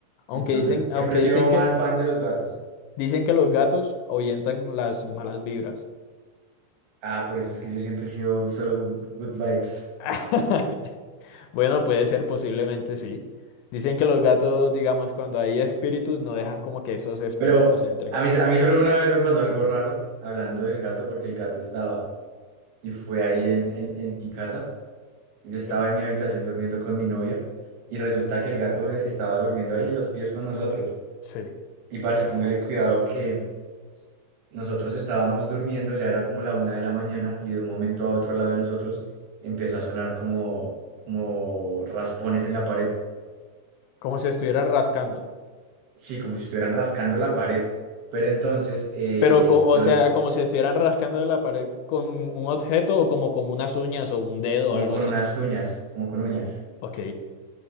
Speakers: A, on the right (about 70°); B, on the left (about 85°).
A: Entonces,
B: Aunque dicen,
A: siempre
B: aunque
A: he sido
B: dicen
A: más
B: que,
A: fan de los gatos.
B: dicen que los gatos ahuyentan las malas vibras.
A: Ah, por eso es que yo siempre he sido solo good vibes.
B: <laughs> Bueno, puede ser, posiblemente sí. Dicen que los gatos, digamos, cuando hay espíritus, no dejan como que esos espíritus
A: Pero
B: entren.
A: a mí, a mí solo una vez me pasó algo raro hablando del gato, porque el gato estaba y fue ahí en, en, en mi casa. Yo estaba
B: ¿Qué pasa?
A: en mi habitación durmiendo con mi novia y resulta que el gato eh, estaba durmiendo ahí en los pies con nosotros.
B: Sí,
A: Y parce, póngale cuidado que nosotros estábamos durmiendo, ya era como la una de la mañana y de un momento a otro al lado de nosotros empezó a sonar como, como raspones en la pared.
B: como si estuvieran rascando.
A: Sí, como si estuvieran rascando la pared. Pero entonces eh,
B: Pero, co- o
A: yo,
B: sea, como si estuvieran rascando de la pared con un objeto o como con unas uñas o un dedo
A: como
B: o algo
A: con
B: así.
A: unas uñas, como con uñas.
B: Ok,